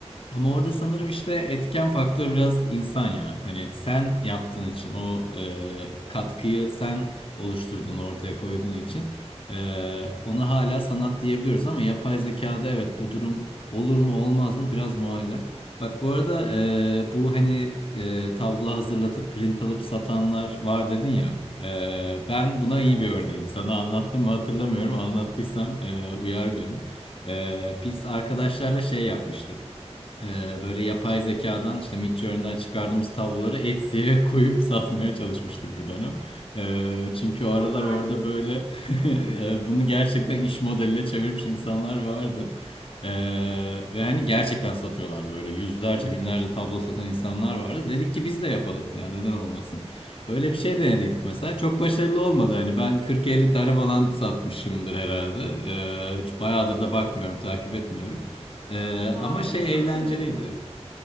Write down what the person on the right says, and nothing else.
Evet.
Yok
artık.
Pahalıya
mı satıyordun?